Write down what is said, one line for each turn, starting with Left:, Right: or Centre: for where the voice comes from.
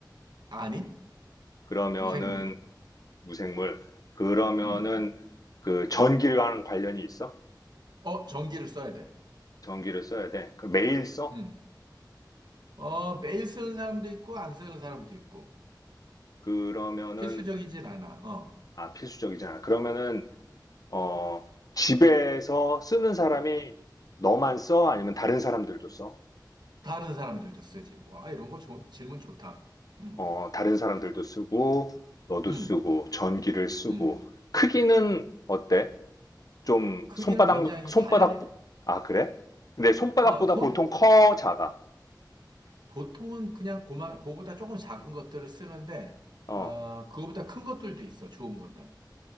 Right: 아니,
Left: 그러면은
Right: 무생물이야.
Left: 무생물. 그러면은
Right: 응.
Left: 그 전기랑 관련이 있어?
Right: 어, 전기를 써야 돼.
Left: 전기를 써야 돼. 그 매일 써?
Right: 응. 어, 매일 쓰는 사람도 있고, 안 쓰는 사람도 있고.
Left: 그러면은
Right: 필수적이진 않아. 어.
Left: 아, 필수적이잖아. 그러면은 어, 집에서 쓰는 사람이 너만 써? 아니면 다른 사람들도 써?
Right: 다른 사람들도 쓰지. 와, 이런 거 좋- 질문 좋다. 응,
Left: 어, 다른 사람들도 쓰고, 너도
Right: 응,
Left: 쓰고, 전기를 쓰고.
Right: 응.
Left: 크기는 어때? 좀
Right: 크기는
Left: 손바닥,
Right: 굉장히
Left: 손바닥,
Right: 다양해.
Left: 아, 그래? 근데 손바닥보다
Right: 어, 소,
Left: 보통 커, 작아?
Right: 보통은 그냥 고만, 그거보다 조금 작은 것들을 쓰는데,
Left: 어,
Right: 어, 그거보다 큰 것들도 있어, 좋은 거는.